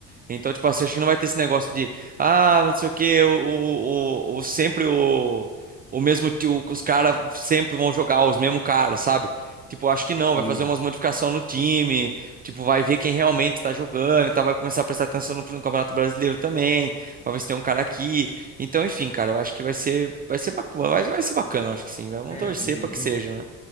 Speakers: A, on the right (about 30°); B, on the left (about 25°).
A: Então, tipo assim, acho que não vai ter esse negócio de, ah, não sei o quê, o, o, o, o- sempre o, o mesmo tio, que os caras sempre vão jogar os mesmos caras, sabe? Tipo, acho que não,
B: Sim,
A: vai fazer umas modificações no time, tipo, vai ver quem realmente tá jogando, então vai começar a prestar atenção no, no Campeonato Brasileiro também, pra ver se tem um cara aqui. Então, enfim, cara, eu acho que vai ser, vai ser bacana, vai, vai ser bacana, eu acho que sim, vai- vamos
B: é,
A: torcer
B: e
A: pra que seja,
B: eu,
A: né?